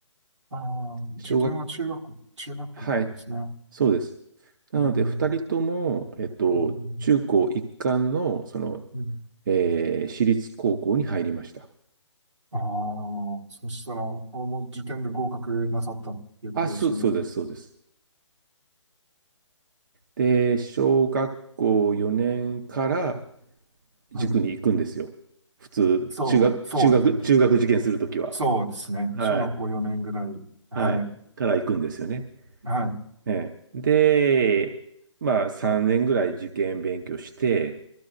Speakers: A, on the right; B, on the right.
A: ああ、自分は中学、
B: 小学、
A: 中学校からですね。
B: はい、そうです。なので、
A: うん、
B: 二人とも、えっと、
A: うん、
B: 中高一貫の、その、
A: うん。
B: えー私立高校に入りました。
A: ああー、そしたら、この受験で合格なさったっていうことですね。
B: あ、そう、そうです、そうです。で、小学校4年から
A: はい。
B: 塾に行くんですよ。普通、
A: そう、
B: 中学、
A: そうですね。
B: 中学、中学受験するときは。
A: そうですね。
B: はい。
A: 小学校4年ぐらい。はい。
B: はい。から行くんですよね。
A: はい。
B: ええで、まあ3年ぐらい受験勉強して、